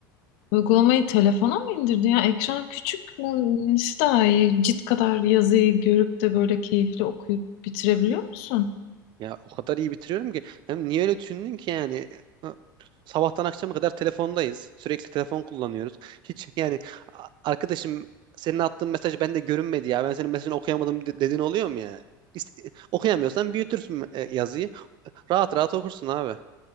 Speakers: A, on the left (about 60°); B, on the right (about 45°).
A: uygulamayı telefona mı indirdin ya? Ekran küçük mü? nesi daha iyi? Cilt kadar yazıyı görüp de böyle keyifli okuyup bitirebiliyor musun?
B: Ya o kadar iyi bitiriyorum ki. Hem niye öyle düşündün ki yani? Ha, Sabahtan akşama kadar telefondayız. Sürekli telefon kullanıyoruz. Hiç yani a- arkadaşım senin attığın mesaj bende görünmedi ya. Ben senin mesajını okuyamadım de- dediğin oluyor mu yani? İste- okuyamıyorsan büyütürsün e, yazıyı. Rahat rahat okursun abi.